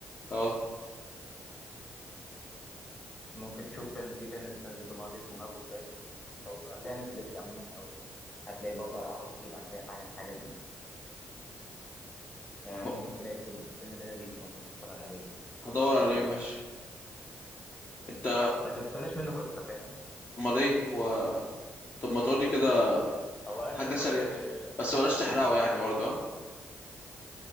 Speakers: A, on the left (about 40°); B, on the left (about 25°).
A: اه
B: ممكن تشوف فيلم في فيلم لسه نازل توم هاردي اسمه هافوك باين فوضى عليها نتفليكس عموما أو هتلاقي برضه على العرب سيد على اي حاجه من الحاجات دي آه،
A: م-
B: ممكن تلاقي الفيلم ده الفيلم ده لذيذ ممكن تتفرج عليه
A: هدور عليه
B: مسلي
A: ماشي انت
B: بس ما تستناش منه قصه فاهم
A: امال ايه هو طب ما تقولي كده
B: هو اكشن
A: حاجه سريعه
B: برضه زي
A: بس بلاش
B: افلام
A: تحرقه
B: برضه
A: يعني برضه اه